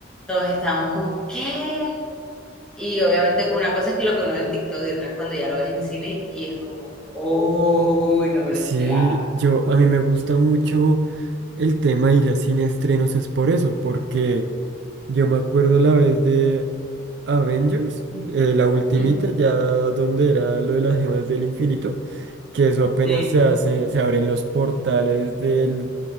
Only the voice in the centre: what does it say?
todos estábamos como, ¿qué? Y obviamente una cosa es que lo que uno ve en TikTok y otra es cuando ya lo ves en cine y es como, uy, no me
lo esperaba.
Ujú,
Sí.